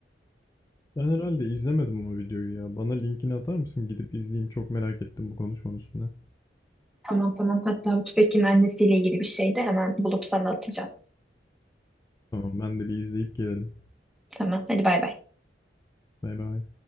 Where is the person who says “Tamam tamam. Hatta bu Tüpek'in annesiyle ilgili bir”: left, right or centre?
Centre